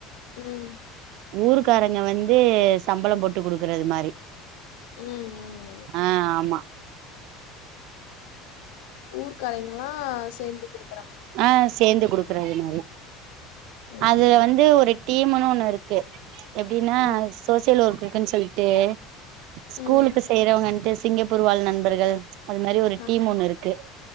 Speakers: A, on the left (about 85°); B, on the right (about 65°).
A: ம்
B: ஊருக்காரங்க வந்து சம்பளோ போட்டு குடுக்கறது மாரி
A: ம் ம்
B: ஆ ஆமா
A: ஊர்க்காரய்ங்கெல்லா சேந்து குடு
B: ஆ சேந்து குடுக்றது மாரி
A: ம்
B: அதுல வந்து ஒரு டீமுன்னு ஒன்னு இருக்கு எப்டினா
A: ம்
B: சோசியல் ஒர்க்குக்குன் சொல்ட்டு ஸ்கூலுக்கு
A: ம்
B: செய்றவங்கன்ட்டு சிங்கப்பூர் வாழ் நண்பர்கள் அது மாரி ஒரு
A: அ
B: டீம் ஒன்னுருக்கு